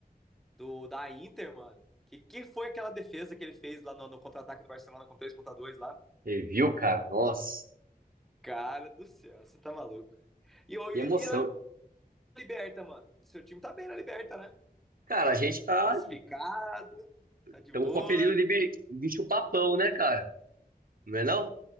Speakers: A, in the centre; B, on the right (about 60°).
A: do da Inter, mano. Que, que foi aquela defesa que ele fez lá no, no contra-ataque do Barcelona com 3 contra 2 lá?
B: Você viu, cara? Nossa,
A: Cara do céu, você tá maluco. E, e,
B: que emoção.
A: e na Liberta, mano. O seu time tá bem na Liberta, né?
B: Cara, a gente tá
A: Classificado, tá de
B: Estamos
A: boa.
B: com o apelido de bi- bicho papão, né, cara? Não é não?